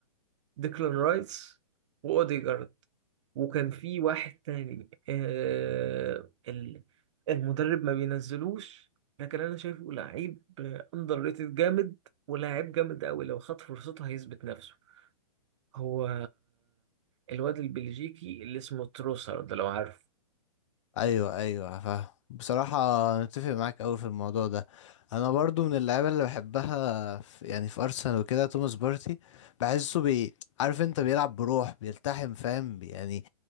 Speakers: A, on the right; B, on the left.
A: ديكلان رايس وأوديجارد وكان في واحد تاني آه ال- المدرب ما بينزلوش لكن أنا شايفه لعيب أندر ريتد جامد ولاعيب جامد أوي لو خد فرصته هيثبت نفسه هو الواد البلجيكي اللي اسمه تروسر ده لو عارف
B: ايوه ايوه فاهم بصراحه انا متفق معاك قوي في الموضوع ده انا برضو من اللعيبه اللي بحبها في يعني في ارسنال وكده توماس بارتي بحسه بي عارف انت بيلعب بروح بيلتحم فاهم يعني